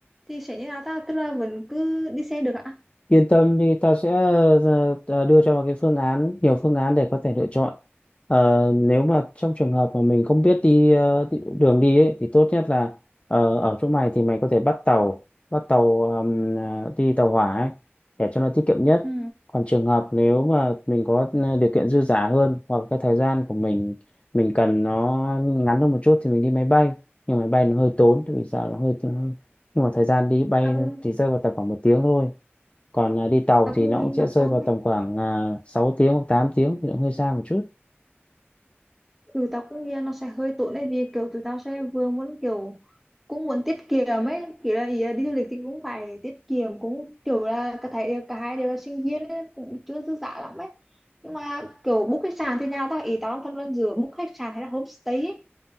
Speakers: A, in the centre; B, on the left.
A: thì sẽ như là ta tức là vẫn cứ đi xe được ạ
B: yên tâm đi tao sẽ ờ, ờ, đưa cho mày cái phương án nhiều phương án để có thể lựa chọn Ờ, nếu mà trong trường hợp mà mình không biết đi ờ, đi- đường đi ấy, thì tốt nhất là ờ, ở chỗ mày thì mày có thể bắt tàu bắt tàu ờm, ờ, đi tàu hỏa ấy, để cho nó tiết kiệm nhất
A: Ừ.
B: còn trường hợp nếu mà mình có ờ, điều kiện dư dả hơn hoặc cái thời gian của mình mình cần nó ngắn hơn một chút thì mình đi máy bay nhưng máy bay nó hơi tốn tại vì sao nó hơi nhưng mà thời gian đi bay
A: tao cũng
B: thì rơi vào tầm khoảng một tiếng thôi còn à, đi tàu
A: tao
B: thì
A: cũng
B: nó
A: nghĩ
B: cũng
A: nó
B: sẽ rơi
A: tốt
B: vào tầm
A: đấy
B: khoảng à, 6 tiếng hoặc 8 tiếng thì nó hơi xa một chút
A: ừ tao cũng nghĩ là nó sẽ hơi tốn đấy vì kiểu tụi tao sẽ vừa muốn kiểu cũng muốn tiết kiệm ấy kiểu là ý là đi du lịch thì cũng phải tiết kiệm cũng kiểu là cả thấy cả hai đều là sinh viên ấy, cũng chưa dư dả lắm ấy nhưng mà kiểu book khách sạn thì nào ta, ý tao đang phân vân giữa book khách sạn hay là homestay ấy.